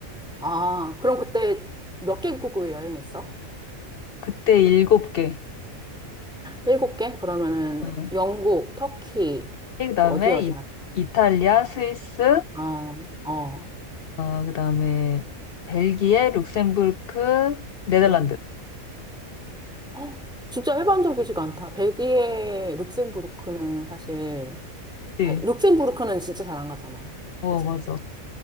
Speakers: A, in the centre; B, on the left.
A: 아, 그럼 그때 몇 개국을 여행했어?
B: 그때 7개.
A: 일곱 개? 그러면은
B: 음.
A: 영국, 터키,
B: 그다음에
A: 또 어디 어디
B: 이,
A: 갔
B: 이탈리아, 스위스,
A: 어, 어.
B: 어, 그다음에 벨기에, 룩셈부르크, 네덜란드.
A: 오. 헉, 진짜 일반적이지가 않다. 벨기에, 룩셈부르크는 사실,
B: 네.
A: 아니, 룩셈부르크는 진짜 잘 안 가잖아.
B: 어,
A: 그치?
B: 맞아.